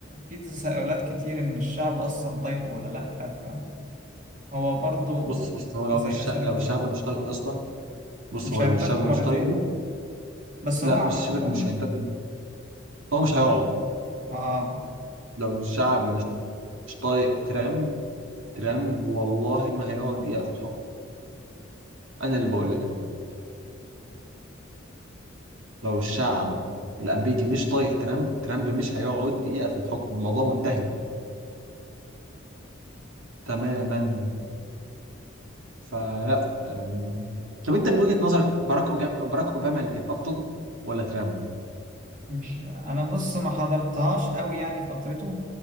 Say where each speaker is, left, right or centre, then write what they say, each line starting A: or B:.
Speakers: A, on the right; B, on the right.
A: في تساؤلات كتير إن الشعب أصلا طيب ولا لأ فهو برضو
B: بص بص هو لو
A: زي
B: مش شا...
A: أسئلة
B: لو
A: كتير
B: الشعب مش طايقه يا اسطى بص
A: مش
B: هو
A: هينتخبوا
B: لو الشعب مش
A: مرتين
B: طايقه
A: بس
B: لا
A: هو عامة
B: مش شبك مش هينتج هو مش
A: عم...
B: هيقعد
A: آه
B: لو الشعب مش مش طايق ترامب ترامب والله ما هيقعد دقيقة في الحكم انا اللي بقول لك اهو لو الشعب الامريكي مش طايق ترامب ترامب مش هيقعد دقيقة في الحكم الموضوع منتهي تماما فلا يعني طب انت من وجهة نظرك باراك أوجا- باراك اوباما اللي كان افضل ولا ترامب؟
A: مش أنا بص ما حضرتهاش أوي يعني فترته